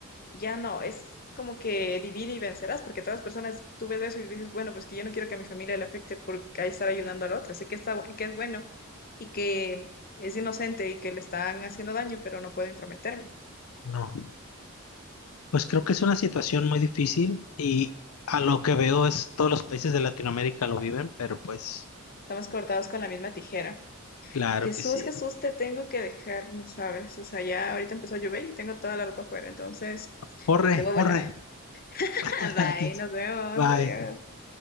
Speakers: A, on the left; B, on the left.
A: Ya no, es como que divide y vencerás, porque todas las personas, tú ves eso y dices, bueno, pues que yo no quiero que a mi familia le afecte por ahí estar ayudando a la otra. Sé que está, bu- que es bueno y que es inocente y que le están haciendo daño, pero no puedo intrometerme.
B: No. Pues creo que es una situación muy difícil y a lo que veo es todos los países de Latinoamérica lo viven, pero pues
A: Estamos cortados con la misma tijera.
B: claro
A: Jesús,
B: que sí.
A: Jesús, te tengo que dejar, ni sabes. O sea, ya ahorita empezó a llover y tengo toda la ropa afuera, entonces
B: Corre,
A: debo volar.
B: corre.
A: <laughs>
B: <laughs>
A: Bye, nos vemos,
B: Bye.
A: adiós.